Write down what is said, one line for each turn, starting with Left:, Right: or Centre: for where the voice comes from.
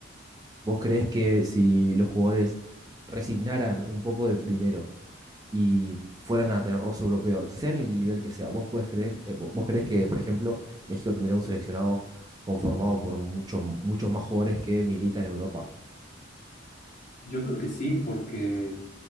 Right: ¿vos creés que si los jugadores resignaran un poco de dinero y fueran a tener roce europeo, sea en el nivel que sea, vos podés creer, eh, vo- vos creés que, por ejemplo, México tendría un seleccionado conformado por muchos muchos más jugadores que militan en Europa?
Left: Yo creo que sí, porque